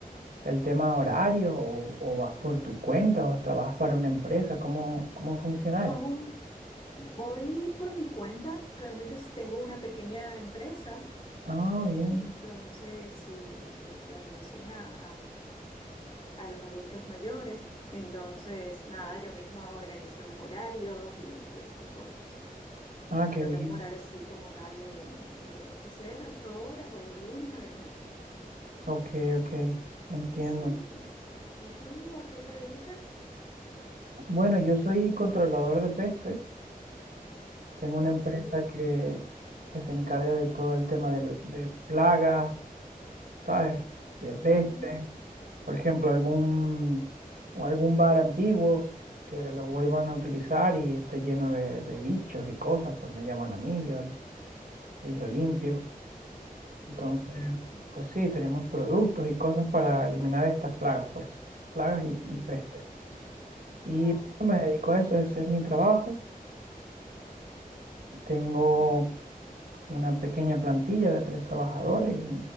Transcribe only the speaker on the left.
no,
voy por mi cuenta. Realmente sí tengo una pequeña empresa,
entonces sí, de, de- de atención a, a- a los adultos mayores. Entonces, nada, yo misma organizo los horarios y, y ese tipo de cosas.
O sea,
no
tengo un horario así como tal de que tiene que ser ocho horas o de lunes a ver, no.
Sí. ¿Y tú a qué te dedicas?
Ok.
Ujú.
Oh, Mm,
mm,
Ya,
me imagino.
Ya.